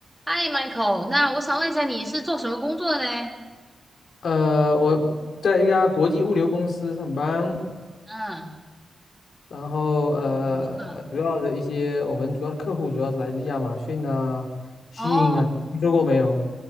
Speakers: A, in the centre; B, on the left.
A: 嗨，Michael，那我想问一下，你是做什么工作的嘞？
B: 呃，我在一家国际物流公司上班，
A: 嗯，嗯
B: 然后呃，
A: 我知道了，
B: 主要的一些我们主要的客户主要是来自亚马逊啊、s
A: 哦，
B: h 啊，听说过没有？